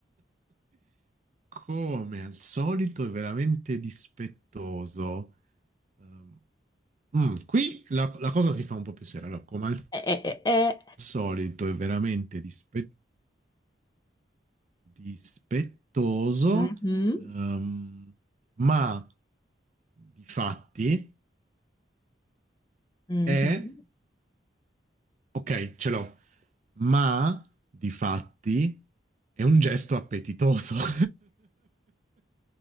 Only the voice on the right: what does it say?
Come al solito è veramente dispettoso. Ehm, mm, qui la, la cosa si fa un po' più seria. Allora, come al
solito è veramente dispe- dispettoso,
ehm, ma di fatti
è... Ok, ce l'ho, ma di fatti è un gesto appetitoso. <laughs>